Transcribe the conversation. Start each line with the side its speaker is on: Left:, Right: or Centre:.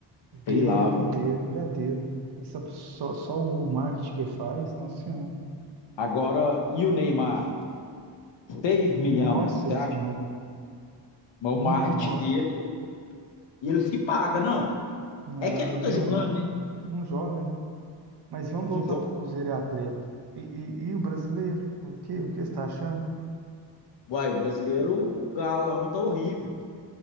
Right: Deu,
Left: sei lá, viu?
Right: já deu, já deu. meu. Essa, só, só o marketing que faz, nossa senhora.
Left: Agora, e o Neymar? seis milhões.
Right: Nossa
Left: Você
Right: senhora,
Left: acha que o
Right: minha
Left: marketing
Right: nossa.
Left: dele. E ele se paga, não.
Right: Ah,
Left: É que ele
Right: mas
Left: não tá
Right: minha
Left: jogando,
Right: nossa.
Left: né?
Right: Não joga, né? Mas vamos
Left: Não
Right: voltar
Left: joga.
Right: para o Cruzeiro e Atlético. E, e- e o brasileiro? O que, o que você está achando?
Left: Uai, brasileiro, o galão tá horrível.